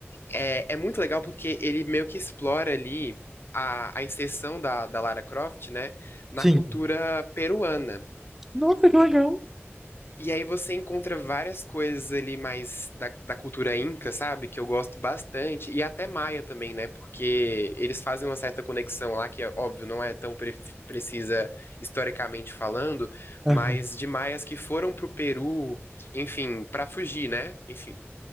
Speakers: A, on the left (about 55°); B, in the centre.
A: é, é muito legal porque ele meio que explora ali a, a inserção da, da Lara Croft, né, na
B: Sim.
A: cultura peruana.
B: Nossa, que legal.
A: E aí você encontra várias coisas ali mais da, da cultura inca, sabe? Que eu gosto bastante. E até maia também, né? Porque eles fazem uma certa conexão lá, que é óbvio, não é tão pre- precisa historicamente falando,
B: Aham.
A: mas de maias que foram pro Peru, enfim, pra fugir, né? Enfim,